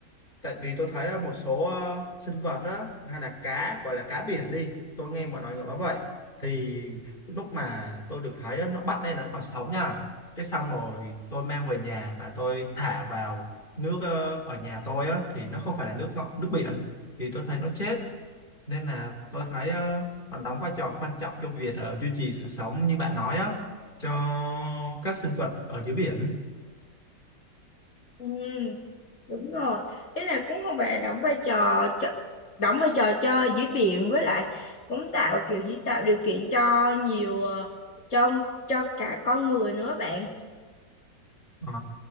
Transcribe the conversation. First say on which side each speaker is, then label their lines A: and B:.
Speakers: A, on the left; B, on the left.
A: tại vì tôi thấy ờ, một số ờ, sinh vật á hay là cá gọi là cá biển đi tôi nghe mọi người gọi nó vậy thì lúc mà tôi được thấy á, nó bắt lên là nó còn sống nha cái xong rồi tôi mang về nhà và tôi thả vào nước ờ, ở nhà tôi á thì nó không phải là nước ngọt nước biển thì tôi thấy nó chết nên là tôi thấy ờ, nó đóng vai trò quan trọng trong việc ờ, duy trì sự sống như bạn nói á cho các sinh vật ở dưới biển
B: ừ, đúng rồi ý là cũng không phải là đóng vai trò cho, đóng vai trò cho dưới biển với lại cũng tạo kiểu như tạo điều kiện cho nhiều ờ, cho cho cả con người nữa bạn
A: Ờ,